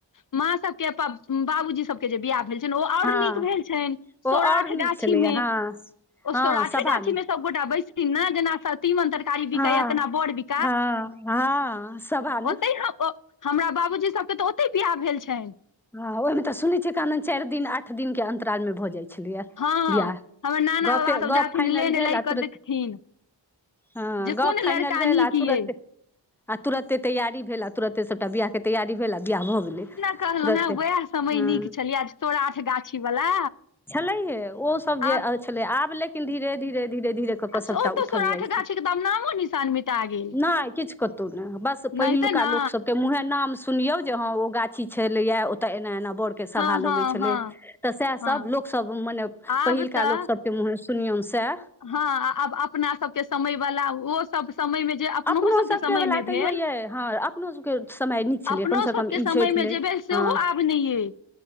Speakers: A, on the left; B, in the centre.
A: माँ सब के बाबूजी सब के जे बियाह भेल ओ ओर
B: हँ
A: नीक भेल छनि
B: ओ
A: सौराठ
B: आओर नीक
A: गाछीमे
B: छलैया हँ
A: ओ
B: हँ
A: सौराठे
B: सभा
A: गाछी मे सबगोटा बैसथिन ने जेना तीमन तरकारी
B: हँ
A: बिकैया तना बड़ बिक
B: हँ हँ सब हाल
A: ओतहि हमरा बाबूजी सभके तऽ ओतहि बियाह भेल छनि
B: ह ओहि में तऽ सुनने छियै कानन चारि दिन आठ दिन के अंतराल में भऽ जाइत छलिये
A: हँ
B: बिवाह
A: हमर नाना
B: गपे
A: बाबा सभ
B: गप
A: जाथिन
B: फाइनल
A: लेन
B: भेल
A: लय
B: आ
A: कऽ
B: तुरत
A: देखथिन
B: हँ
A: जे
B: गप
A: कोन लड़का
B: फाइनल भेल
A: नीक ये
B: तुरते आ तुरते तैयारी भेल आ तुरते सभटा बियाहके तैयारी भेल आ बियाह भऽ गेलै
A: कहलहु
B: तुरते
A: हेँ उएह समय
B: हँ
A: नीक छलियै सौराठ गाछी वला
B: छलै हे ओ सब जे
A: आब
B: छलै आब लेकिन धीरे धीरे धीरे धीरे क क
A: आब
B: सबटा
A: ओ तऽ
B: उठल
A: सौराठ
B: जाई छैय
A: गाछी के दाम नामो निशान मिटा गेल
B: नहि कीछ कतौ नहि बस पहिलुका
A: नहिते ने
B: लोक सभ के मुंहे नाम सुनियो जे हं ओ गाछी छले या ताे एना एना बोड़ सभा
A: हँ
B: लगै
A: हँ
B: छलै
A: हँ
B: त से
A: हँ
B: सभ लोक सभ मने
A: आब
B: पहिलका
A: तऽ
B: लोक सभ तमहे सुनिय स
A: हँ आब अपना सबके समय बला ओ समय मे जे अपन
B: अपनो
A: सबके
B: सभके
A: समय
B: वला
A: में भेल
B: तैयो ये हँ अपनो सभके समय नीक छलै
A: अपनो
B: कमसँ
A: सभके
B: कम
A: समयमे
B: ई होइ छलै
A: जे भेल सेहो
B: हँ
A: आब नहि अइ